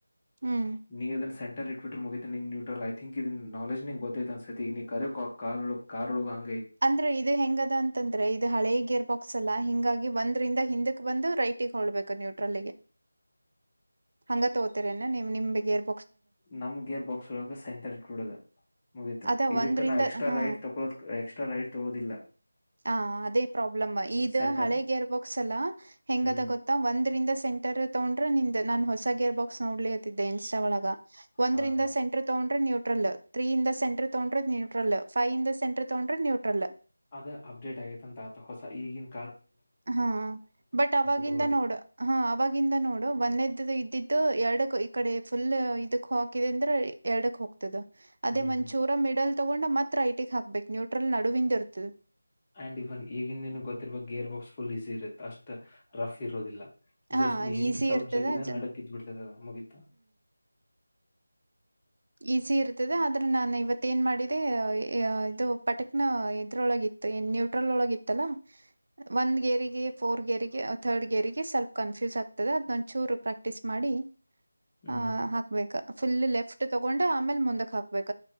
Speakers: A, on the right; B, on the left.
A: ಹ್ಮ್
B: ನೀ ಅದನ್ನು ಸೆಂಟರ್ ಇಟ್ಬಿಟ್ಟ ಮುಗಿತ ನ್ಯೂಟ್ರಲ್ ಐ ಥಿಕ್ ಇದ ನಾಲೆಜ್ ನಿಂ ಗೊತ್ತೈತ ಅನ್ಸ ಈ ನೀ ಕಾರ್ಳ ಹಂಗೆ
A: ಅಂದ್ರೆ ಇದು ಹೆಂಗದ ಅಂತಂದ್ರೆ ಇದು ಹಳೆ ಗಿಯರ್ ಬಾಕ್ಸ್ ಅಲ್ಲಾ ಹಿಂಗಾಗಿ ಒಂದ್ರಿಂದ ಹಿಂದ ಇದಕ್ ಬಂದು ರೈಟಿಗೆ ಹೊಳ್ಬೇಕು ನ್ಯೂಟ್ರಲ್ಲಿಗೆ ಹಂಗ ತಗೋತರೇನ್ನ ನೀಮ್ ನಿಮ್ ಬಿಗೆರ್
B: ನಮ್ ಗೇರ್ ಬಾಕ್ಸ್ ಒಗ ಸೆಂಟರ್ ಇಟ್ಬಿಡದೆ ಮುಗೀಿತ
A: ಅದ
B: ಇದಕ್
A: ಒಂದ್ರಿಂದ
B: ನಾ ಎಕ್ಸ್ಟ್ರಾ
A: ಹಾ
B: ಲೈಟ್ ತಕೊೋದ ಎಕ್ಸ್ಟ್ರಾ ರೈಡ್ ತಗೋದಿಲ್ಲ
A: ಹ ಅದೇ ಪ್ರಾಬ್ಲಮ್ ಈ
B: ಸೆಂಟರ್
A: ಹಳೇಗೇರ್ಬಕ್ಸಲ ಹೆಂಗದ
B: ಹ್ಮ್
A: ಗೊತ್ತಾ ಒಂದ್ರಂದ ಸೆಂಟರ್ ತಗೊಂಡ್ರೆ ನಿಂದೇನಾ ಹೊಸ ಗಿಯರ್ ಬಾಕ್ಸ್ ನೋಡ್ಲಿತಿದ್ದೆ ಇನ್ಸ್ಟಾ ಒಳಗ ಒಂದ್ರರಿಂದ
B: ಹಾ ಹಾ
A: ಸಂಟರ್ ತಗೊಂಡ್ರೆ ನೀ ್ರಲ್ ತ್ರೀ ಇಂದ ಸಂಟರ್ ತೊಂಡ್ರೆ ನ್ಯೂಟ್ರಲ್ ಫೈವ ಇಂದ ಸೆಂಟರ್ ತೊಂಡ್ರೆ ನ್ಯೂಟ್ರಲ್
B: ಅದ ಅಪ್ಡೇಟ್ ಆಗತ ಅಂತ ಆತ ಹೊಸ ಈಗನ್
A: ಹಾ ಬಟ್ ಅವವಾಗಿಂದ
B: ತಗೊಳಗಿಲ್ಲ
A: ನೋಡು ಹಾ ಅವಾಗಿಂದ ನೋಡು ಒಂದೆದ ಇದ್ದಿದ್ದು ಎರಡಕ್ಕ ಕಡೆ ಫುಲ್ ಇದಕ್ ಹಾಕಿದೆ ಅಂದ್ರೆ ಎರಡಕ್ ಹೋಗ್ತ ಅದೇ
B: ಹ್ಮ್
A: ಮಂಚೂರ
B: ಹ್ಮ್
A: ಮಿಡಲ್ ತಗೊಂಡ ಮಾತ್ರ ಐಟಿಕ್ ಹಾಕ್ಬೇಕು ನ್ೂಟ್ರಲ್ ನಡುವಿಂದ ಇರ್ತದೆ
B: ಆಂಡ್ ಇಫನ್ ಈಗಿನ ನೀನ್ ಗೊತ್ತಿರ್ ಗಿಯರ್ ಬಾಕ್ಸ್ ಫುಲ್ ಈಸಿ ಇರುತ್ತೆ ಅಷ್ಟ ರಫ್ ಇರೋದಿಲ್ಲ
A: ಹಾ
B: ಜಸ್ಟ್ನ ಹಿಂದ್
A: ಈಸಿ
B: ಸ್ವಲ್ಪ
A: ಇರ್ತದ
B: ಜಗಿದ
A: ಜ
B: ನಡಕಿದ್ ಬಿಡ್ತದದ ಮುಗೀಿತ
A: ಈಜಿ ಇರ್ತದ ಆದ್ರೆ ನಾನ್ ಇವತ್ ಏನ್ ಮಾಡಿದ ಮತ್ತೆ ಇದು ಪಟಕ್ನ ಇದ್ರೊಳಗಿತ್ತು ನ್ಯೂಟ್ರಲ್ ಒಳಗಿತ್ತಲ್ಲ ಒಂದ್ ಗೇರಿಗೆ ಫೋರ್ ಗೇರಿಗೆ ಥರ್ಡ್ ಗೇರಿಗೆ ಸ್ವಲ್ಪ ಕನ್ಫ್ಯೂಸ್ ಆಗ್ತದೆ ಅದ್ೊಂಚೂರು ಪ್ರಾಕ್ಟೀಸ್ ಮಾಡಿ
B: ಹ್ಮ್
A: ಆ ಹಾಕ್ಬೇಕ ಫುಲ್ ಲೆಫ್ಟ್ ತಗೊಂಡು ಆಮೇಲ್ ಮುಂದಕ್ ಹಾಕ್ಬೇಕು